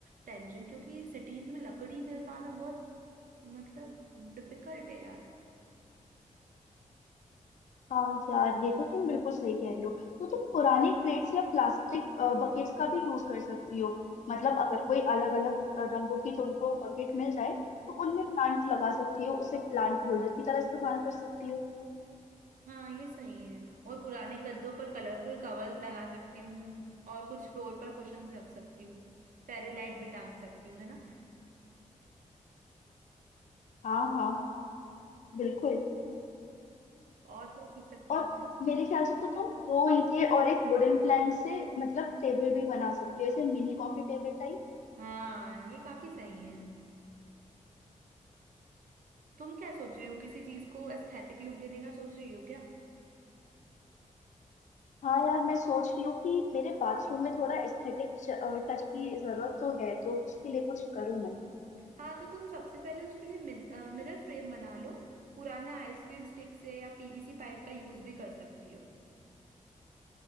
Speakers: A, on the right; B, on the left.
A: टेंशन क्योंकि सिटीज में लकड़ी मिल पाना बहुत मतलब डिफिकल्ट है यार
B: हाँ यार ये तो तुम बिल्कुल सही कह रही हो तो तुम पुराने क्रेट्स या प्लास्टिक बकेट्स का भी यूज कर सकती हो मतलब अगर कोई अलग अलग रंगों की तुमको बकेट मिल जाए तो उनमें प्लांट लगा सकती हो उसे प्लांट होल्डर की तरह इस्तेमाल कर सकती हो
A: हाँ ये सही है और पुराने गद्दों पर कलरफुल कवर्स लगा सकती हूँ और कुछ फ्लोर पर कुशंस रख सकती हूँ फेरी लाइट भी टांग सकती हूँ है ना
B: हाँ हाँ बिल्कुल
A: और क्या कर सकती
B: और
A: हूँ मैं
B: मेरे ख्याल से तो तुम दो ईंटें और एक वुडन प्लैंक से मतलब टेबल भी बना सकती हो ऐसे मिनी कॉफी टेबल टाइप
A: हाँ ये काफी सही है तुम क्या सोच रही हो किसी चीज को एस्थेटिक लुक देने का सोच रही हो क्या
B: हाँ यार मैं सोच रही हूँ कि मेरे बाथरूम में थोड़ा एस्थेटिक टच की जरूरत तो है तो उसके लिए कुछ करूँ मैं
A: हाँ तो तुम सबसे पहले उसके लिए मिरर फ्रेम बना लो पुराने आइसक्रीम स्टिक से या पीवीसी पाइप का यूज भी कर सकती हो